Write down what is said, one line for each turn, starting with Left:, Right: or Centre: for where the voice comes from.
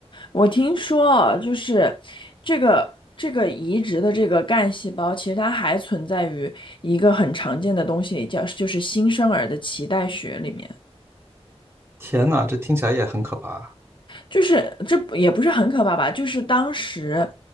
Left: 我听说啊就是这个这个移植的这个干细胞，其实它还存在于一个很常见的东西里，叫就是新生儿的脐带血里面。
Right: 天呐，这听起来也很可怕啊。
Left: 就是这不也不是很可怕吧？就是当时，